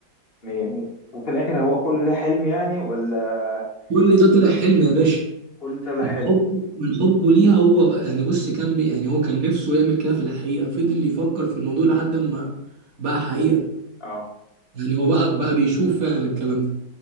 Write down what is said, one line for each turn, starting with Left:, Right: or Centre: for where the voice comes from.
Left: مية مية وفي الآخر هو كل ده حلم يعني ولا
Right: كل ده طلع حلم يا باشا
Left: كل ده لا
Right: من
Left: حلم
Right: حبه من حبه ليها هو يعني بص كان بي يعني هو كان نفسه يعمل كده في الحقيقه فضل يفكر في الموضوع لحد ما بقى حقيقه
Left: اه
Right: يعني هو بقى بقى بيشوف فعلا الكلام ده